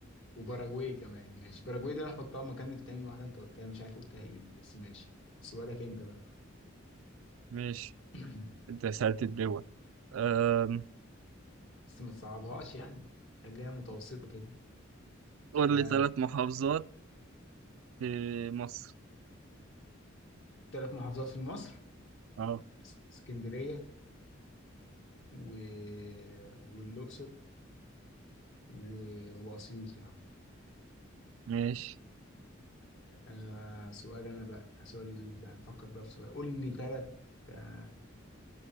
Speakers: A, on the left; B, on the right.
A: وباراجواي كمان ماشي باراجواي دي هنحطها مكان التاني واحدة انت قلتها مش عارف قلتها ايه بس ماشي سؤالك انت بقى
B: ماشي
A: <clears throat>
B: انت سألت الدول أم،
A: بس ما تصعبهاش يعني خليها متوسطة كده
B: قول
A: آه،
B: لي ثلاث محافظات في مصر
A: ثلاث محافظات في مصر
B: اه
A: اس- اسكندرية و... والأقصر و... وأسيوط يا عم
B: ماشي
A: آه سؤال أنا بقى سؤالي ليك بقى نفكر بقى في سؤال قول لي ثلاث آه